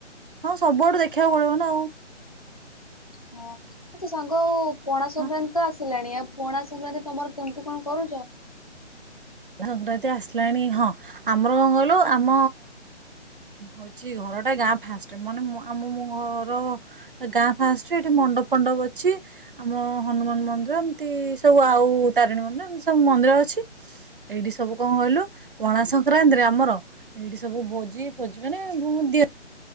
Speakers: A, on the right; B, on the left.
A: ହଁ ସବୁଆଡୁ ଦେଖିବାକୁ ପଡିବ ନା।
B: ହଁ ଆଚ୍ଛା ସାଙ୍ଗ ପଣା ସଂକ୍ରାନ୍ତି
A: ହଁ।
B: ତ ଆସିଲାଣି ଆଉ ପଣା ସଂକ୍ରାନ୍ତି ତୋମର କେମତି କଣ କରୁଚ?
A: ସଂକ୍ରାନ୍ତି ଆସିଲାଣି ହଁ ଆମର କଣ କହିଲୁ ଆମ ହଉଛି ଘରଟା ଗାଁ ଫାଷ୍ଟରେ ମାନେ ଆମ ମୋ ଘର ଟା ଗାଁ ଫାଷ୍ଟରେ ଏଠି ମଣ୍ଡପ ଫଣ୍ଡପ ଅଛି, ଆମ ହନୁମାନ ମନ୍ଦିର ଏମିତି ସବୁ ଆଉ ତାରିଣୀ ମନ୍ଦିର ଏମିତି ସବୁ ମନ୍ଦିର ଅଛି। ଏଇଠି ସବୁ କଣ କହିଲୁ ପଣା ସଂକ୍ରାନ୍ତିରେ ଆମର ଏଇଠି ସବୁ ଭୋଜି ଫୋଜି ମାନେ ଭୁଭୁ ଦି